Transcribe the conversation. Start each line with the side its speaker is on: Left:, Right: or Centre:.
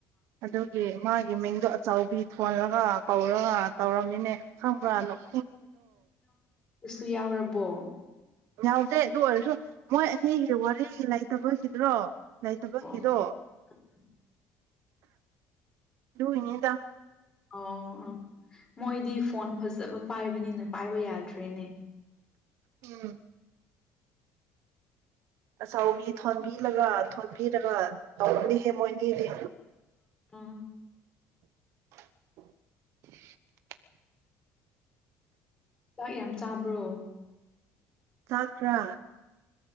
Right: ꯑꯗꯀꯦ ꯃꯥꯒꯤ ꯃꯤꯡꯗꯣ ꯑꯆꯥꯎꯕꯤ ꯊꯣꯜꯂꯒ ꯀꯧꯔꯒ ꯇꯧꯔꯝꯃꯤꯅꯦ ꯈꯪꯕ꯭ꯔꯥꯅꯕ
Left: ꯅꯁꯨ ꯌꯥꯎꯔꯕꯣ
Right: ꯌꯥꯎꯗꯦ ꯑꯗꯨ ꯑꯣꯏꯔꯁꯨ ꯃꯣꯏ ꯑꯅꯤꯒꯤ ꯋꯥꯔꯤ ꯂꯩꯇꯕꯒꯤꯗ꯭ꯔꯣ ꯂꯩꯇꯕꯒꯤꯗꯣ
Left: ꯑꯣ <inaudible>
Right: ꯂꯨꯏꯅꯤꯗ
Left: ꯑꯣ ꯑꯣ ꯃꯣꯏꯗꯤ ꯐꯣꯟ ꯐꯖꯕ ꯄꯥꯏꯕꯅꯤꯅ ꯄꯥꯏꯕ ꯌꯥꯗ꯭ꯔꯦꯅꯦ
Right: ꯎꯝ ꯑꯆꯥꯎꯕꯤ ꯊꯣꯟꯕꯤꯔꯒ ꯊꯣꯟꯕꯤꯔꯒ ꯇꯧꯕꯅꯦꯍꯦ ꯃꯣꯏꯒꯤꯗꯤ
Left: ꯑꯥ
Right: <unintelligible>
Left: ꯆꯥꯛ ꯌꯥꯝ ꯆꯥꯕ꯭ꯔꯣ
Right: ꯆꯥꯛꯇ꯭ꯔꯥ